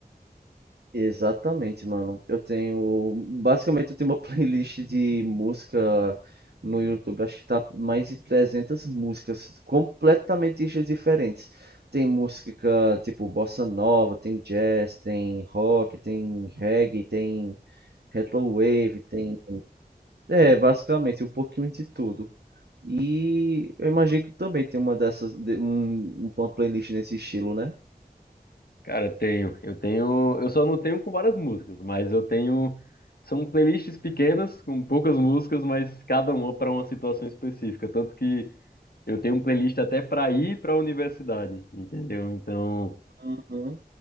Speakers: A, on the right (about 85°); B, on the left (about 70°).
A: Exatamente, mano. Eu tenho. Basicamente, eu tenho uma <laughs> playlist de música no YouTube. Acho que tá mais de 300 músicas completamente estilos diferentes. Tem música tipo bossa nova, tem jazz, tem rock, tem reggae, tem retrowave, tem. É, basicamente, um pouquinho de tudo. E eu imagino que também tem uma dessas. de- um- uma playlist nesse estilo, né?
B: Cara, tenho. Eu tenho. Eu só não tenho com várias músicas, mas eu tenho. São playlists pequenas, com poucas músicas, mas cada uma para uma situação específica. Tanto que eu tenho um playlist até para ir para a universidade, entendeu? Então,
A: Uhum,